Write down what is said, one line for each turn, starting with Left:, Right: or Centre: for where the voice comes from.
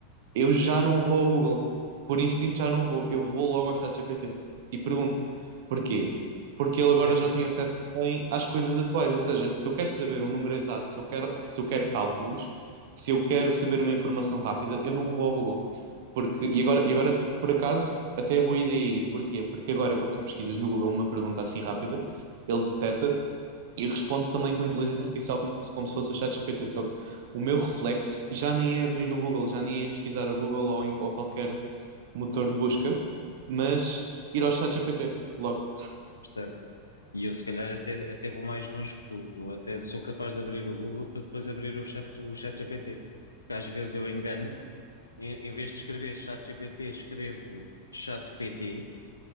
Right: eu já não vou ao Google. Por instinto já não vou. Eu vou logo ao ChatGPT e pergunto porquê? Porque ele
Left: percebo,
Right: agora já tem acesso também às coisas atuais. Ou seja, se eu quero saber um número exato, se eu quero, se eu quero cálculos, se eu quero saber uma informação rápida, eu não vou ao Google. Porque, e agora, e agora, por acaso, até é boa ideia ir. Porquê? Porque agora, quando tu pesquisas no Google uma pergunta assim rápida, ele detecta e respondo também com a inteligência artificial como, se- como se fosse o ChatGPT, só que o meu reflexo já nem é abrir o Google, já nem é ir pesquisar o Google ou, em- ou qualquer motor de busca, mas ir ao ChatGPT logo.
Left: percebo. E eu, se calhar, até, até vou mais longe que tu. Eu até sou capaz de abrir o Google para depois abrir o chat, o chat GPT. Porque às vezes eu engano-me, em, em vez de escrever chat GPT, escrevo chat PT